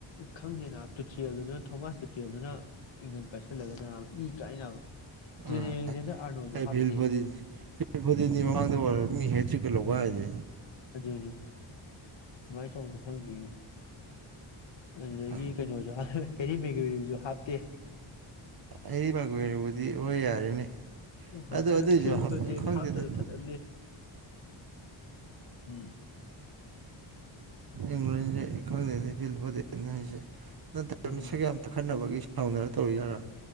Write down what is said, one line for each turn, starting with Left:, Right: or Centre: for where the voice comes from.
Left: ꯈꯪꯗꯦꯅ ꯇꯨꯔꯆꯦꯜꯗꯨꯅ ꯊꯧꯕꯥꯁ ꯇꯨꯔꯆꯦꯜꯗꯨꯅ ꯏꯪꯒꯟ ꯄꯥꯏꯁꯤꯜꯂꯒꯅ ꯏ ꯀꯥꯏꯅꯕ
Right: ꯑ
Left: ꯇꯅ
Right: ꯑꯦ
Left: ꯍꯥꯞꯇ
Right: ꯐꯤꯜ ꯐꯣꯗꯦꯟ ꯐꯤꯜ ꯐꯣꯗꯦꯟꯗꯤ ꯃꯃꯥꯡꯗ ꯃꯤ ꯍꯦꯠ ꯆꯒ ꯂꯧꯒ ꯍꯥꯏꯁꯦ
Left: ꯖꯤꯖꯤ ꯀꯃꯥꯏꯅ ꯇꯧꯕꯅꯣ ꯈꯪꯗꯕ ꯑꯗꯨꯗꯒꯤ
Right: ꯑ
Left: ꯀꯩꯅꯣꯁꯨ ꯍꯥꯏ ꯍꯦꯗꯤ ꯃꯦꯒꯔꯤꯁꯨ ꯍꯥꯞꯇꯦ
Right: ꯑꯩ ꯃꯥ ꯕꯨꯗꯤ ꯑꯣꯏ ꯌꯥꯔꯦꯅꯦ
Left: ꯍꯣꯏ
Right: ꯑꯗꯣ
Left: ꯑꯗꯨ
Right: ꯑꯗꯨꯏꯁꯨ
Left: ꯐꯤꯜ ꯐꯗꯤꯅ
Right: ꯈꯪꯗꯦꯗ
Left: ꯍꯥꯞꯇꯅ ꯐꯖꯜꯂꯤ ꯎꯝ
Right: ꯏꯪ꯭ꯂꯦꯟꯗꯦ ꯈꯪꯅꯤꯅꯤ ꯐꯤꯜ ꯐꯣꯗꯦ ꯅꯅꯥꯁꯤ ꯅꯠꯇ꯭ꯔꯒ
Left: ꯎꯝ
Right: ꯃꯁꯛꯒ ꯌꯥꯝ ꯇꯛꯈꯠꯅꯕꯒꯤ ꯁꯥꯎꯅꯔ ꯇꯧꯔꯤ ꯌꯥꯔꯥ